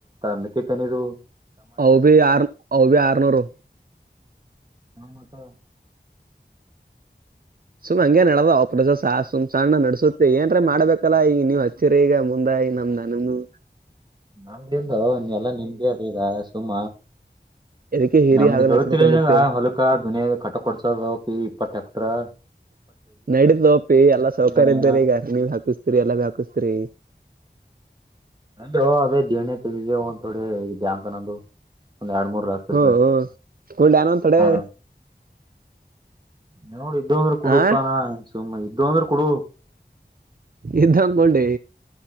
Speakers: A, on the right; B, on the right.
A: ಮೆಕ್ಕಿ ತನಿದು.
B: ಹೌದೇ ಹಾರ್ನ್ ಹೌದೇ ಆರ್ನೂರು.
A: ಹ ಮತ್ತ.
B: ಸುಮ್ ಹಂಗೆ ನಡೆದ ಆ ಪ್ರ್ಸ ಸಾಸು ಸುಮ್ ಸಣ್ಣ ನಡೆಸು ಏನ್ರ ಮಾಡ್ಬೇಕಲ್ಲ ಈ ನೀವ್ ಹಚ್ಚರಿ ಈಗ ಮುಂದಾಗಿ ನಮ್ದ್ ನಮು.
A: ನಮ್ದಿಂಗೋ ನೆಲ ನಿಮ್ದೇ ಅದು ಈಗ ಸುಮ.
B: ಅದಕ್ಕೆ ಹಿರಿ
A: ನಮ್ದು
B: ಆಗಲ್
A: ಹೇಳ್ತಿರಲಲ್ಲ
B: ಹಚ್ಬೇಕಲ್ಲತ್ತೇವ್
A: ಹೊಲಕ ದುನಿಯ ಕಟ್ಟು ಕೊಡ್ಸದಪಿ ಇಪ್ಪತ್ತು ಎಕರೆ.
B: ನಡೀತೋಪಿ ಎಲ್ಲಾ ಸೌಕಾರ
A: ನಿನ್ನ
B: ಇದ್ರವ್ರೆ ಈಗ ನೀವ್ ಹಾಕಿಸ್ತೀರಿ ಎಲ್ಲಾ ಹಾಕಿಸ್ತೀರಿ.
A: <inaudible> ಅಂದೋ ಅದೇ ದೇಣ ತೆೆಗೆದ ಒಂದು ಕಡೆ ಬ್ಯಾಂಕನಂದು. ಒಂದ್ ಎರಡು ಮೂರು ಲಕ್ಷ
B: ಹ್ಮ್
A: ರೂಪಾಯಿ
B: ಹ್ಮ್ ಕುಂಡಿ ಅನೊಂದ್ ತಡೆ
A: ಹಾ. ನೋಡು ಇದ್ದ ಅಂದ್ರ ಕುಡುಪಾನ
B: ಆ
A: ಸುಮ್ಮ್ ಇದ್ದ ಅಂದ್ರೆ ಕೊಡು.
B: ಇದ್ದ ಬಂಡಿ.